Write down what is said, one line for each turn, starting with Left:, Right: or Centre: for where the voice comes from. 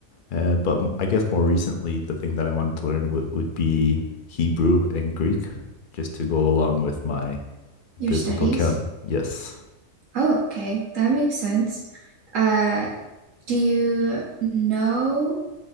Left: Uh, but I guess more recently, the thing that I wanted to learn w would be Hebrew and Greek, just to go along with my
Right: your
Left: biblical
Right: studies
Left: count. Yes,
Right: oh okay that makes sense uh do you know